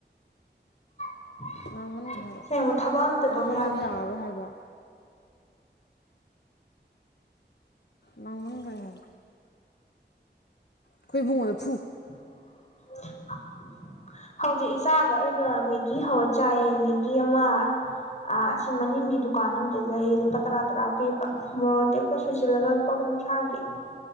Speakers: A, on the left; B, on the left.
A: <inaudible>
B: ꯂꯥꯡꯃꯟꯈ꯭ꯔꯦ ꯍꯥꯏꯕ
A: ꯁꯦꯡꯕ ꯊꯕꯛ ꯑꯝꯇ
B: ꯂꯥꯡꯃꯜꯂꯗꯤ
A: ꯇꯧ ꯌꯥꯗꯦ
B: ꯌꯥꯔꯔꯣꯏ ꯍꯥꯏꯕ ꯃꯥꯡ ꯂꯥꯡꯃꯟ ꯈ꯭ꯔꯦꯍꯥꯏꯕ ꯑꯩꯈꯣꯏ ꯏꯕꯨꯡꯉꯣꯗ ꯐꯨ
A: <inaudible> ꯍꯧꯖꯤꯛ ꯏꯆꯥꯒ ꯑꯩꯒ ꯃꯦꯒꯤ ꯍꯧꯔ ꯆꯥꯏꯌꯦ ꯃꯦꯒꯤ ꯑꯃ ꯑ ꯑꯁꯤ ꯃꯅꯤꯡꯒꯤ ꯗꯨꯀꯥꯟ ꯑ ꯂꯩ ꯂꯨꯄꯥ ꯇꯔꯥ ꯇꯔꯥ ꯄꯤꯕ ꯃꯣꯔꯣꯛ ꯑꯇꯦꯛꯄ ꯁꯣꯏꯁꯤꯜꯂꯒ ꯂꯨꯄꯥ ꯀꯨꯟꯊ꯭ꯔꯥꯦ